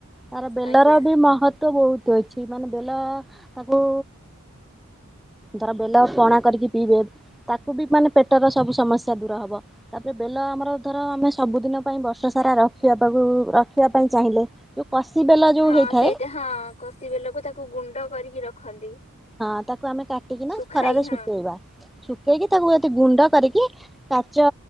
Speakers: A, in the centre; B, on the left.
A: ତାର ବେଲର
B: ଆଜ୍ଞା
A: ବି ମହତ୍ୱ ତ ବହୁତ ଅଛି ମାନେ ବେଲ ତାକୁ ଧର ବେଲ ପଣା କରିକି ପିଇବେ ତାକୁ ବି ମାନେ ପେଟର ସବୁ ସମସ୍ୟା ଦୂର ହବ। ତା ପରେ ବେଲ ଆମର ଧର ଆମେ ସବୁଦିନ ପାଇଁ ବର୍ଷ ସାରା ରଖିବା ତାକୁ ରଖିବା ପାଇଁ ଚାହିଁଲେ। ଯୋଉ କଷି ବେଲ ଯୋଉ
B: ହଁ
A: ହେଇଥାଏ।
B: ସେଇଟା ହଁ। କଷି ବେଲକୁ ତାକୁ ଗୁଣ୍ଡ କରିକି ରଖନ୍ତି।
A: ହଁ ତାକୁ ଆମେ କାଟିକିନା
B: ଶୁଖାଇ
A: ଖରାରେ
B: ହଁ
A: ଶୁଖେଇବା। ଶୁଖେଇକି ତାକୁ ଯଦି ଗୁଣ୍ଡ କରିକି କାଚ